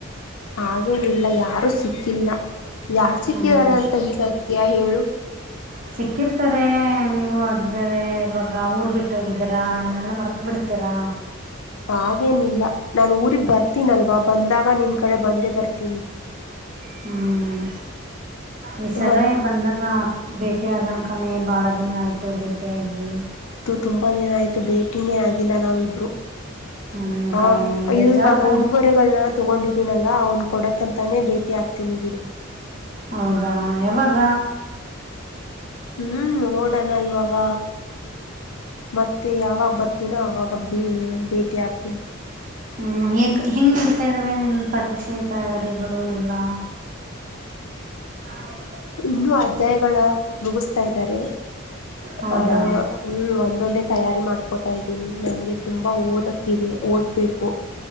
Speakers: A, on the left; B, on the right.
A: ಹಾಗೇನಿಲ್ಲ ಯಾರು. ಸಿಕ್ಕಿಲ್ಲ. ಯಾರ್ು ಸಿಕ್ಕಿದಿದ್ದಾರೆ
B: ಹ್ಮ್
A: ಅಂತ ಹೀಗಾದ. ಸತ್ಯ ಎಳು
B: ಸಿಕ್ಕಿರ್ತಾರೆ ನೀವು ಅದ ಬೇರೆ ಇವಾಗ ಊರ್ ಬಿಟ್ಟುೋಗಿದ್ದೀರಾ ನಮ್. ನಲ್ಲ ಮರತು ಬಿಡ್ತರಾ.
A: ಹಾಗೇನಿಲ್ಲ ನಾನು ಊರಿಗೆ ಬರ್ತೀನಲ್ವಾ ಬಂದಾಗ ನಿನ್ ಕಡೆ ಬಂದೇ ಬರ್ತೀನಿ.
B: ಹ್ಮ್ ಈ ಸಲ
A: ಮತ್
B: ಬಂದಾಗ. ಭೇಟಿ ಆಗಣಕಣೆ ಬಹಳ ದಿನ ಆಯ್ತು ಬೇಟಿ. ತ್ಯಾಗಿ.
A: ತುಂಬ ದಿನ ಆಯಿತು ಭೇಟಿಯೇ ಆಗಿಲ್ಲ ನಾವಿಬ್ಬರು.
B: ಹ್ಮ್
A: ಹಾ
B: ಕಣೆ ಬೇಜಾರು
A: ಇದು ಇವಾಗ
B: ಕಣೆ
A: ಉಡುಗೊರೆಗಳನ್ನ. ತೊಗೊಂಡಿದೀನಲ್ಲ ಅವ್ನು ಕೊಡಕಂತಾನೇ ಭೇಟಿ ಹಾತೀನಿ ಬಿಡು
B: ಹೌದಾ ಯಾವಾಗ
A: ಹ್ಮ್ ನೋಡೋಣ ಇವಾಗ ಮತ್ತೆ ಯಾವಾಗ ಬರ್ತೀನೋ ಅವಾಗ ಭೇಟಿ ಆಕ್ತೀನಿ
B: ಹ್ಮ್ ಹೆೇಗ್ ಹೆಂಗ್ ನಡೀತಾ ಇದ್ದಾವೆ ನೀನ್ ಪರೀಕ್ಷೆ ತಯಾರಿಗಳು ಎಲ್ಲಾ ನಾಾಳೆ
A: ಇನ್ನುೂ ಅಧ್ಯಾಯಗಳ ಮುಗಿಸ್ತಾ ಇದ್ದಾರೆ
B: ಹೌದಾ
A: ಆ ಹ್ಮ್ ಒ ಒಂದೊಂದೇ ತಯಾರಿ ಮಾಡ್ಕೋತಾ ಇದ್ದೀನಿ ನಂಗೆ ತುಂಬಾ ಓದಕ್ಕೆ ಓದ್ಬೇಕು